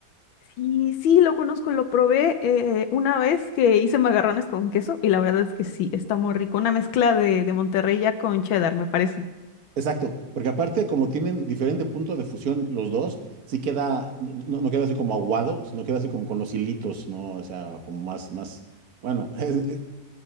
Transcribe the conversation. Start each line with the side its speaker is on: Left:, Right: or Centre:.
Left: Sí, sí, lo conozco, lo probé eh, una vez que hice macarrones con queso y la verdad es que sí, está muy rico. Una mezcla de, de Monterrey ya con cheddar, me parece.
Right: Exacto, porque aparte como tienen diferente punto de fusión los dos, sí queda, no, no no queda así como aguado, sino queda así como con los hilitos, ¿no? O sea, como más, más, bueno, <laughs>